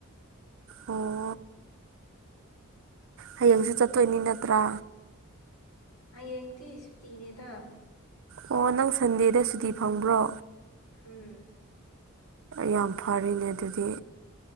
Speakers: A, on the right (about 60°); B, on the left (about 90°).
A: ꯑꯣ ꯍꯌꯦꯡꯁꯨ ꯆꯠꯇꯣꯏꯅꯤ ꯅꯠꯇ꯭ꯔꯥ
B: ꯍꯌꯦꯡꯗꯤ ꯁꯨꯇꯤꯅꯦꯗ
A: ꯑꯣ ꯅꯪ ꯁꯟꯗꯦꯗ ꯁꯨꯇꯤ ꯐꯪꯕ꯭ꯔꯣ
B: ꯎꯝ
A: ꯌꯥꯝ ꯐꯔꯤꯅꯦ ꯑꯗꯨꯗꯤ